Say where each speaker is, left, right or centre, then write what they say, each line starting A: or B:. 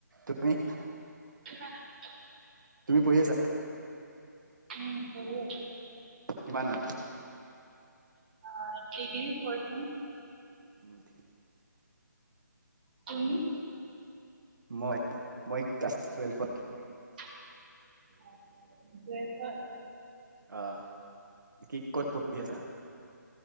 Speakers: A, on the right (about 75°); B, on the right (about 30°).
A: তুমি?
B: কিমান আছা?
A: তুমি পঢ়ি আছা?
B: উম, পঢ়ি আছো।
A: কিমানত?
B: অ, ডিগ্ৰী ফৌৰ্থ চেম।
A: <inaudible>
B: তুমি?
A: মই-মই ক্লাছ টুৱেলভত।
B: অ, টোৱেলভত।
A: অ, কি ক'ত পঢ়ি আছা?